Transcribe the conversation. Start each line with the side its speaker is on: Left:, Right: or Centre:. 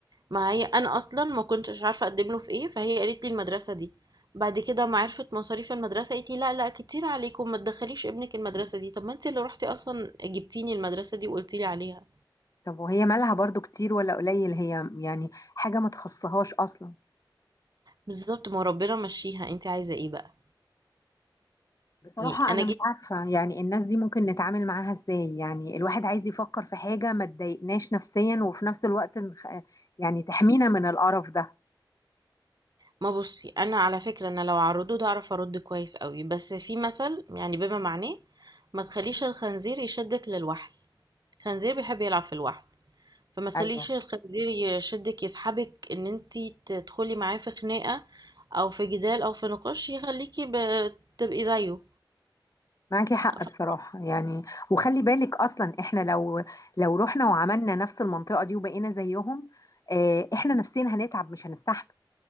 Right: ما هي انا اصلا ما كنتش عارفه اقدم له في ايه فهي قالت لي المدرسه دي بعد كده ما عرفت مصاريف المدرسه قالت لي لا لا كتير عليكم ما تدخليش ابنك المدرسه دي طب ما انت اللي رحتي اصلا جبتيني المدرسه دي وقلتي لي عليها
Left: طب وهي مالها برضو كتير ولا قليل هي يعني حاجة ما تخصهاش أصلا
Right: بالظبط ما ربنا مشيها انت عايزه ايه بقى
Left: بصراحة
Right: يعني انا
Left: أنا
Right: جيت
Left: مش عارفة يعني الناس دي ممكن نتعامل معاها إزاي يعني الواحد عايز يفكر في حاجة ما تضايقناش نفسيا وفي نفس الوقت نخ- يعني تحمينا من القرف ده
Right: ما بصي انا على فكره انا لو عرضوه ده اعرف ارد كويس قوي بس في مثل يعني بما معناه ما تخليش الخنزير يشدك للوحل الخنزير بيحب يلعب في الوحل فما تخليش
Left: أيوه
Right: الخنزير يشدك يسحبك ان انتي تدخلي معاه في خناقة او في جدال او في نقاش يخليكي ب- تبقي زيه
Left: معاكي حق
Right: ف-
Left: بصراحة يعني وخلي بالك أصلا إحنا لو لو رحنا وعملنا نفس المنطقة دي وبقينا زيهم آه، إحنا نفسيا هنتعب مش هنستحمل